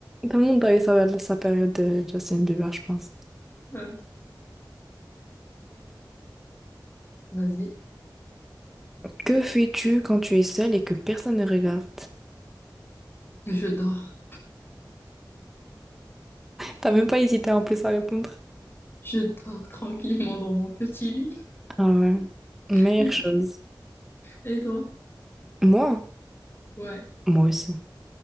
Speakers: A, in the centre; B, on the left.
A: Tout le monde a eu sa, sa période de Justin Bieber, je pense.
B: Ouais. Vas-y,
A: Que fais-tu quand tu es seule et que personne ne regarde?
B: je dors.
A: T'as même pas hésité en plus à répondre.
B: Je dors tranquillement dans mon petit lit.
A: Ah ouais,
B: <laughs>
A: meilleure
B: Et toi?
A: chose.
B: Et toi?
A: Moi?
B: Ouais.
A: Moi aussi.